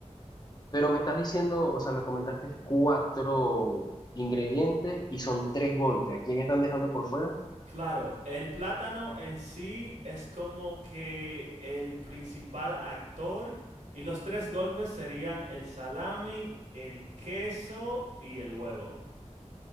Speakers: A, on the left; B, on the right.
A: Pero me estás diciendo, o sea, me comentaste cuatro ingredientes y son tres golpes. ¿A quién están dejando por fuera?
B: Claro, el plátano en sí es como que el principal actor y los tres golpes serían el salami, el queso y el huevo.